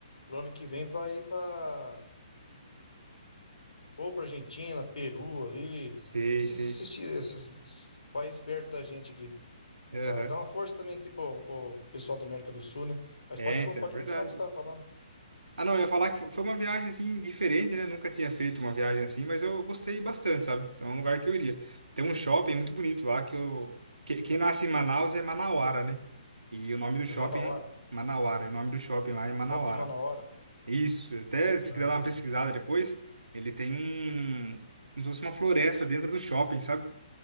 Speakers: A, on the left; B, on the right.
A: pro ano que vem, para ir para ou para Argentina, Peru ali,
B: Sei,
A: esses,
B: sei.
A: esses, esses países perto da gente aqui.
B: Aham.
A: Pra dar uma força também aqui pro, pro pessoal da América do Sul, né? Mas
B: É,
A: pode, co-
B: então,
A: pode
B: é verdade.
A: continuar o que você estava falando.
B: Ah, não, eu ia falar que fo- foi uma viagem assim diferente, né? Nunca tinha feito uma viagem assim, mas eu gostei bastante, sabe? Então é um lugar que eu iria. Tem um shopping muito bonito lá que eu. que- Quem nasce em Manaus é Manauara, né? E o nome do shopping
A: Me manda a
B: é
A: hora.
B: Manauara. E o nome do shopping lá é Manauara.
A: Shopping manda a hora.
B: Isso, até se
A: Ah,
B: quiser dar uma pesquisada depois, ele tem um. Como se fosse uma floresta dentro do shopping, sabe?